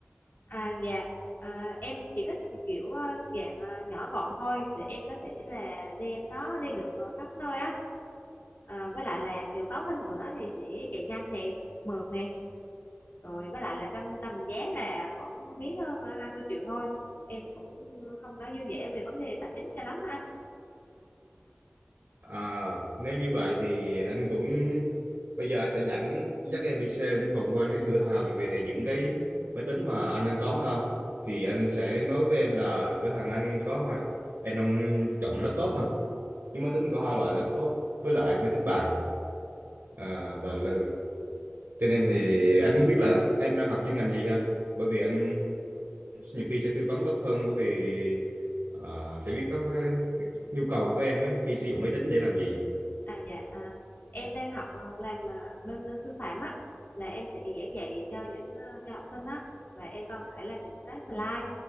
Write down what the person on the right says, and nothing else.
À, nếu như vậy thì anh cũng bây giờ anh sẽ dẫn dắt em đi xem vòng quanh cái cửa hàng về những cái máy tính mà anh đang có ha thì anh sẽ nói với em là cửa hàng anh có hai- em đang chọn laptop mà nhưng máy tính có hai loại laptop với lại máy tính bàn à, và là- cho nên thì anh muốn biết là em đang học chuyên ngành gì ha bởi vì anh nhiều khi sẽ tư vấn tốt hơn bởi vì à, sẽ biết có cái, cái nhu cầu của em ấy khi sử dụng máy tính để làm gì